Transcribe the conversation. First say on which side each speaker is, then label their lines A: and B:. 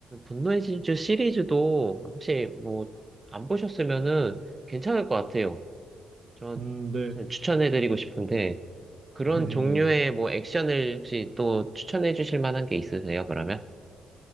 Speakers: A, on the right; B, on the right.
A: 분노의 질주 시리즈도 혹시 뭐 안 보셨으면은 괜찮을 것 같아요. 저는
B: 음, 네,
A: 추천해드리고 싶은데 그런
B: <laughs> 네,
A: 종류의
B: 네.
A: 뭐 액션을 혹시 또 추천해 주실 만한 게 있으세요, 그러면?